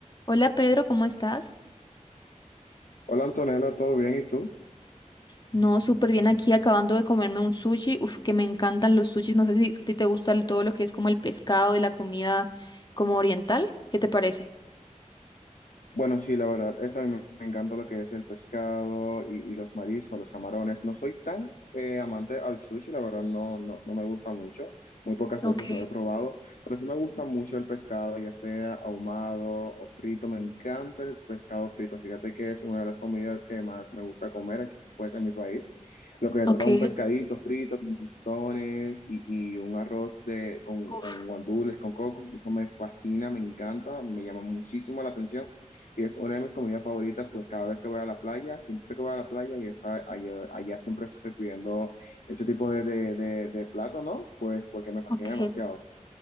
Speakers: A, on the left; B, on the left.
A: Hola Pedro, ¿cómo estás?
B: Hola Antonella, ¿todo bien? ¿Y tú?
A: No, súper bien aquí acabando de comerme un sushi. Uf, que me encantan los sushis. No sé si a ti te gusta el- todo lo que es como el pescado y la comida como oriental. ¿Qué te parece?
B: Bueno, sí, la verdad, esa me me encanta lo que es el pescado y, y los mariscos, los camarones. No soy tan eh, amante al sushi, la verdad, no, no, no me gusta mucho. Muy pocas
A: Ok,
B: veces lo he probado, pero sí me gusta mucho el pescado, ya sea ahumado o frito. Me encanta el pescado frito. Fíjate que es una de las comidas que más me gusta comer aquí, pues, en mi país. Lo que se
A: ok,
B: trata de un pescadito frito con tostones y, y un arroz de, con,
A: uf,
B: con guandules, con coco. Eso me fascina, me encanta, me llama muchísimo la atención. Y es una de mis comidas favoritas, pues cada vez que voy a la playa, siempre que voy a la playa, y esa- allá, allá siempre estoy pidiendo ese tipo de, de, de, de plato, ¿no? Pues porque me fascina
A: ok.
B: demasiado.